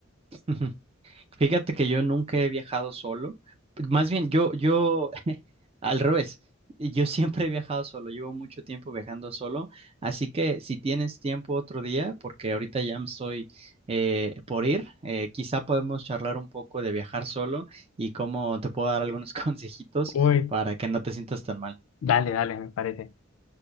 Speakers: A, on the right; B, on the left.
A: <laughs> Fíjate que yo nunca he viajado solo. Más bien, yo, yo, <laughs> al revés, yo siempre he viajado solo, llevo mucho tiempo viajando solo, así que si tienes tiempo otro día, porque ahorita ya me estoy eh, por ir, eh, quizá podemos charlar un poco de viajar solo y cómo te puedo dar algunos <laughs> consejitos
B: Uy.
A: para que no te sientas tan mal.
B: Dale, dale, me parece.